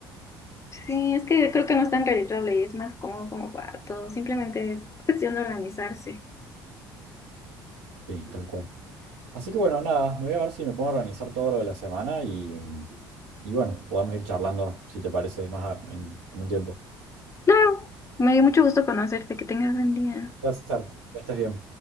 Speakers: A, on the left; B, on the right.
A: Sí, es que creo que no es tan redituable y es más cómodo como para todos. Simplemente es cuestión de organizarse.
B: sí, tal cual. Así que bueno, nada, me voy a ver si me pongo a organizar todo lo de la semana y, y bueno, podemos ir charlando si te parece más a- en, en un tiempo.
A: Claro, me dio mucho gusto conocerte. Que tengas buen día.
B: Placer, que estés bien.